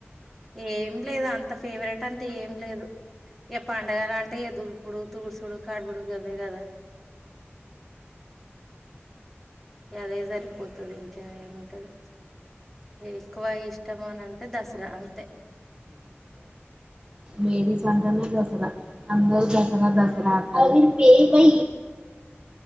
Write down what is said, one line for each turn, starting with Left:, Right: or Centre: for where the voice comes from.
Centre: ఏ ఏం లేదు అంత ఫేవరెట్ అంటే ఏం లేదు ఇక పండగలు అంటే అ దుల్ పుడు తూర్సుడు కార్బడు బే కద అదే సరిపోతుది ఇంకా ఏమంటది ఎక్కువ ఇష్టం అని అంటే దసరా అంతే
Right: మడస్ అంటనే దసరా అందరు దసరా దసరా
Centre: అవును
Right: అ బ